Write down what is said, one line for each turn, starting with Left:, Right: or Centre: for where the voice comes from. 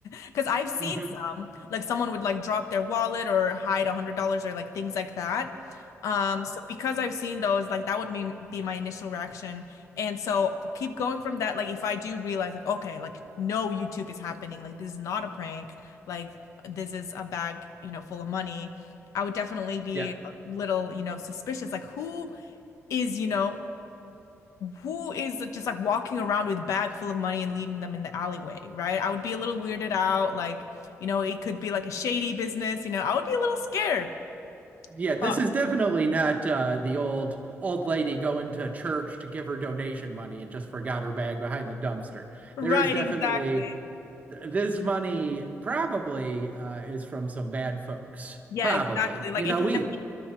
Left: Because I've seen
Right: hmm
Left: some, like someone would like drop their wallet or hide a hundred dollars or like things like that. Um, so because I've seen those, like that would be be my initial reaction. And so keep going from that. Like if I do realize, like, okay, like no YouTube is happening, like this is not a prank, like this is a bag, you know, full of money. I would definitely be
Right: Yeah.
Left: a little, you know, suspicious, like who is, you know, who is just like walking around with bag full of money and leaving them in the alleyway, right? I would be a little weirded out, like, you know, it could be like a shady business, you know, I would be a little scared.
Right: Yeah, this
Left: Uh,
Right: is definitely not uh, the old old lady going to church to give her donation money and just forgot her bag behind the dumpster.
Left: Right,
Right: There is definitely
Left: exactly.
Right: this money probably uh, is from some bad folks.
Left: Yeah,
Right: Probably,
Left: exactly. Like
Right: you
Left: if
Right: know,
Left: you
Right: we.
Left: have